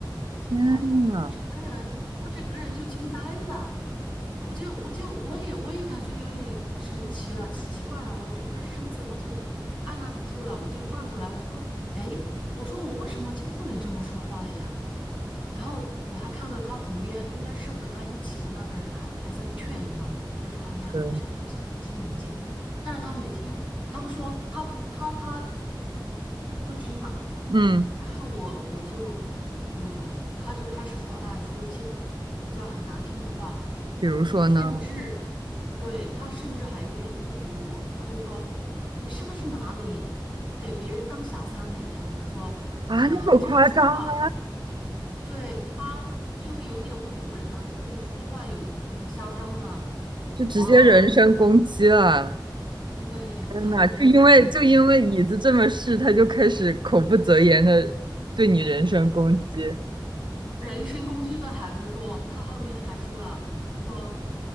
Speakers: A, on the right; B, on the left.
A: 天呐，
B: 哇，我整个人我整个人就惊呆了，我就我就我也我也感觉有点神奇了，奇怪了，我整个身子我就按捺不住了，我就转过来，我说哎。我说我为什么就不能这么说话了呀？然后我还看到他旁边应该是和他一起的那个人还还在劝他，就说：“哎呀，
A: 对，
B: 坐下坐下，冷静冷静。”但是他没听，他不说，他不他他不听嘛。
A: 嗯，
B: 然后我我就我他就开始耍赖，说一些比比较很难听的话，
A: 比如说呢？
B: 甚至对他甚至还有点侮辱我。他就说：“你是不是拿你给别人当小三的呀？”他说：
A: 啊，
B: “嗯、
A: 那么夸张吗？
B: 这样说话。”对，他就有点侮辱人了，就是说话有呃很嚣张了，
A: 就直接人身攻击了！
B: 哇，对，
A: 天呐，
B: 他就开始人身攻击，
A: 就因为就因为椅子这么试，他就开始口不择言的对你人身攻击
B: 人身攻击都还不说，他后面还说了，他说，